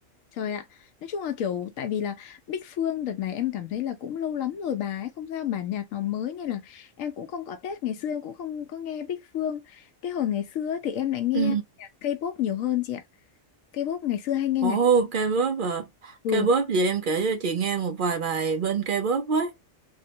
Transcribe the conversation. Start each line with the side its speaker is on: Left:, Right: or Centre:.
Left: Trời ạ, nói chung là kiểu tại vì là Bích Phương đợt này em cảm thấy là cũng lâu lắm rồi bà ấy không ra bản nhạc nào mới nên là em cũng không có update, ngày xưa em cũng không có nghe Bích Phương. Cái hồi ngày xưa ấy thì em lại nghe
Right: ừ
Left: nhạc K-pop nhiều hơn chị ạ. K-pop ngày xưa hay nghe
Right: ồ
Left: nhạc
Right: K-pop à
Left: ừ,
Right: K-pop vậy em kể cho chị nghe một vài bài bên K-pop với